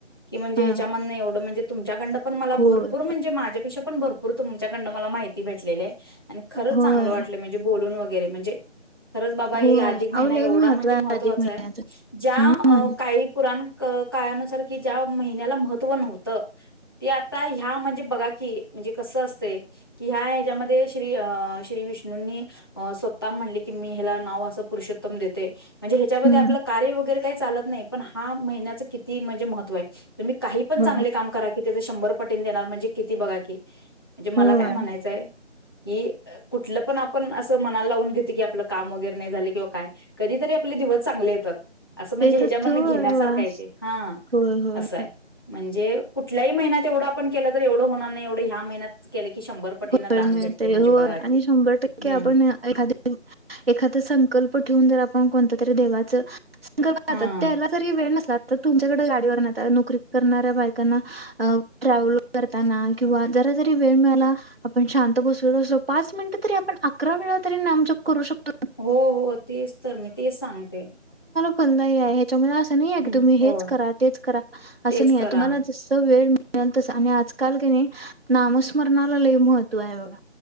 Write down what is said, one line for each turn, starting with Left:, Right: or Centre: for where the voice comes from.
Left: की म्हणजे
Right: हा
Left: हेयाच्यामधन एवढं म्हणजे. त्याकडनं पण मला
Right: होय
Left: भरपूर म्हणजे माझ्यापेक्षा पण भरपूर तुमच्याकडनं मला माहिती भेटलेली आहे. आणि खरंच
Right: होय
Left: चांगलं वाटलं म्हणजे बोलून व गैरे म्हणजे खरंच बाबा हे
Right: होय
Left: अधिक महिना
Right: अहो लय
Left: एवढा
Right: महत्व
Left: म्हण
Right: आहे
Left: महत्वाचं
Right: अधिक महिन्याचं
Left: आहे ज्या
Right: हम्म
Left: अ काही पु पुराण क काळानुसार की ज्या महिन्याला महत्त्व नव्हतं, ते आता ह्या म्हणजे बघा की म्हणजे कसं असतंय की ह्या ह्याच्यामध्ये श्री अ श्री विष्णूंनी अ स्वतः म्हणले की मी ह्याला नाव असं पुरुषोत्तम देतोय. म्हणजे ह्याच्यामध्ये
Right: हम्म
Left: आपलं कार्य वगैरे काही चालत नाही पण हा महिन्याचं किती म्हणजे महत्व आहे. तुम्ही काही पण
Right: होय
Left: चांगले काम करा की त्याज शंभर पटीने देणार म्हणजे किती बघा की? म्हणजे
Right: होय
Left: मला काय म्हणायचंय. की अ कुठलं पण आपण असं मनाला लावून घेतो की आपलं काम वगैरे नाही झालं किंवा काय कधीतरी आपले दिवस चांगले येतात. असं म्हणजे
Right: ते
Left: ह्याच्यामधन
Right: तर होय
Left: घेण्यासारखा
Right: होय
Left: आहे ते हां
Right: होय होय.
Left: असंय म्हण जे कुठल्याही महिन्यातवढ आपण केलं तर एवढं होणार नाही एवढं ह्या महिन्यात केलं की शंभर पटीनं
Right: होय
Left: दान
Right: मिळतंय
Left: भेटते म्हणजे
Right: होय
Left: बघा
Right: आणि
Left: की
Right: शंभर टक्के
Left: हम्म
Right: आपण एखा एखादा संकल्प ठेवून जर आपण कोणतं तर देवाचं संकल्प
Left: हा
Right: आता त्याला जरी वेळ नसला तर तुमच्याकडे गाडीवर न नोकरी करणाऱ्या बायकांना, ट्रॅव्हल करताना किंवा जरा जरी वेळ मिळाला आपण शांत बसून असो पाच मिनिटं तरी आपण अकरा वेळा तरी नामजप करू शक
Left: हो-हो तेच तर मी तेच सांगते.
Right: फलदाई आहे. त्यामुळं असं नाहीये
Left: हम्म
Right: की तुम्ही
Left: होय
Right: हेच करा तेच करा
Left: तेच
Right: अस नाहीये
Left: करा
Right: तुम्हाला जसं वेळ मिळ मिळेल तसं आणि आजकाल क नाही नामस्मरणा ला लई महत्व आहे बघा.